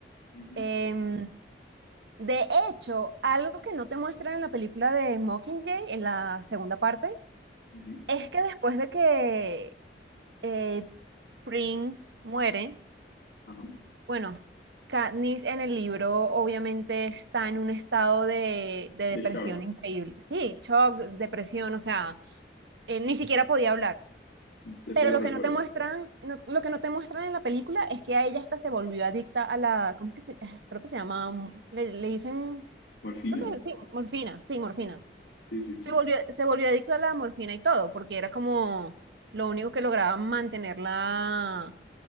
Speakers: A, on the left (about 80°); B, on the right (about 80°).
A: Ujú,
B: Em, de hecho, algo que no te muestran en la película de Mockingjay, en la segunda parte,
A: ujú,
B: es que después de que eh, Pring muere,
A: ajá.
B: bueno, Katniss en el libro obviamente está en un estado de, de depresión
A: The Shark,
B: increíble. Sí, shock, depresión, o sea eh, ni siquiera podía hablar.
A: eso
B: Pero
A: lo
B: lo
A: recuerdo.
B: que no te muestran, no- lo que no te muestran en la película es que a ella hasta se volvió adicta a la, ¿cómo que se, <sighs> creo que se llama, mm, le, le dicen,
A: ¿Morfina?
B: creo que sí, morfina, sí, morfina.
A: Sí, sí, sí.
B: Se volvió, se volvió adicta a la morfina y todo, porque era como lo único que lograba mantenerla